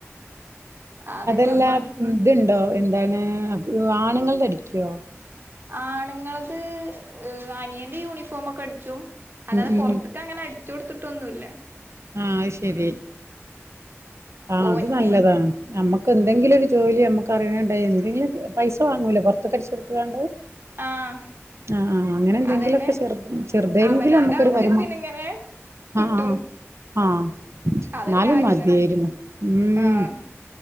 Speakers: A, on the right; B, on the right.
A: അതന്നെ
B: അതെല്ലാ
A: ഇമ്മ
B: ഇതുണ്ടോ എന്താണ് ആ ണ്ങ്ങൾ തെ അടിക്കുവോ?
A: ആണുങ്ങൾ ത് അനിയന്റെ യൂണിഫോമോക്കെ അടിച്ചും. അല്ലാതെ
B: ഉം
A: പോർത്ത്ക്കങ്ങനെ
B: ഉം
A: അടിച്ചൊടുത്തിട്ടോന്നുല്ല.
B: ആഹ് ശരി ആഹ്
A: ഓൻക്ക്
B: അത് നല്ലതാണ് നമ്മക്ക് എന്തെങ്കിലും ഒരു ജോലി നമുക്ക് അറിയണണ്ട എന്തെങ്കിലും പൈസ വാങ്ങൂലോ പ പൊറത്തക്ക് അടിച്ചു കോട്ത്ത് കാണ്ട്.
A: ആഹ്
B: ആഹ് അങ്ങനെ എന്തെങ്കിലുംക്കെ
A: അതന്നെ
B: ചെറു ചെറുതെങ്കിലും
A: അവനാന്റെ
B: നമ്മുക്കൊരു
A: ആവശ്യത്തിന്
B: വരുമാ
A: ഇങ്ങനെ കിട്ടും
B: ആഹ് ആഹ്
A: അതൊരു
B: ഇന്നാലും
A: കാര്യം
B: മതിയായിരുന്നു.
A: തന്നെ
B: ഉം
A: ആഹ്